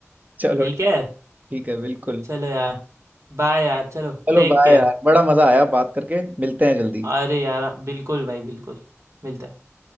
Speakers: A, on the right; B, on the right.
A: चलो
B: ठीक है
A: ठीक है बिल्कुल
B: चलो यार बाय यार चलो
A: चलो
B: टेक
A: बाय
B: केयर
A: यार बड़ा मजा आया बात करके मिलते हैं जल्दी
B: अरे यार बिल्कुल भाई बिल्कुल मिलते हैं